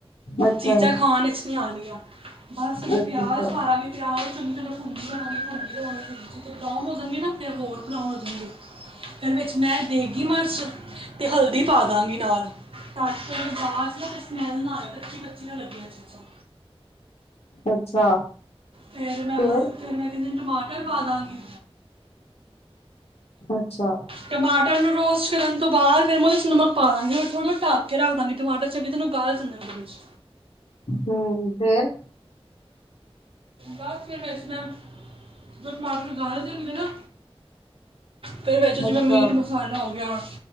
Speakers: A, on the left; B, on the right.
A: ਅੱਛਾ,
B: ਚੀਜ਼ਾਂ ਖਾਣ ਵਿਚ ਨੀ ਆਣਗੀਆਂ ਬਸ ਫੇਰ
A: ਅੱਛਾ-ਅੱਛਾ,
B: ਪਿਆਜ ਪਿਆਜ਼ ਚੰਗੀ ਤਰ੍ਹਾਂ ਫੁੰਦੀ ਜਾਣਾ ਠੰਡੀ ਤੁੰ ਜਿੱਥੇ ਰਾਮ ਵਸਨ ਗੇ ਨਾ ਫਿਰ ਹੋਰ ਬਣਾਉਨ ਹੋ ਫਿਰ ਵਿੱਚ ਮੈਂ ਦੇਗੀ ਮਿਰਚ ਅਤੇ ਹਲਦੀ ਪਾ ਦਾਂਗੀ ਨਾਲ ਤਾਂ ਕਿ ਉਹਨਾਂ ਨੂੰ ਖਾਸ ਸਮੱਲ ਨਾ ਆਏ ਕਚਿਆ ਕਚਿਆ ਨ ਲੱਗੀਆਂ ਚੀਜ਼ਾਂ
A: ਅੱਛਾ
B: ਫਿਰ ਮੈਂ
A: ਫੇਰ
B: ਹਲਕੇ ਟਮਾਟਰ ਪਾ ਦਾਂਗੇ
A: ਅੱਛਾ
B: ਟਮਾਟਰ ਨੂੰ ਰੋਸਟ ਕਰਨ ਤੋਂ ਬਾਅਦ ਫਿਰ ਮੈਂ ਉਹਦੇ ਚ ਨਮਕ ਪਾ ਦਾਂਗੀ ਮੈਂ ਥੋੜ੍ਹਾ ਜ ਢੱਕ ਕੇ ਰੱਖ ਦਵਾਂਗੀ ਟਮਾਟਰ ਚਗੇ ਤੇਨੂੰ ਗਾਲ ਦਿੰਦਾ ਉਹਦੇ ਵਿੱਚ
A: ਹਮ ਫੇਰ
B: ਬੱਸ ਫਿਰ ਵਿੱਚ ਨਾ ਜਦੋਂ ਟਮਾਟਰ ਗਲ ਜਾਣ ਗੇ ਨਾ ਫਿਰ ਵਿੱਚ ਜਿਵੇਂ
A: ਅੱਛਾ,
B: ਮੀਟ ਮਸਾਲਾ ਹੋ ਗਿਆ ਵਾ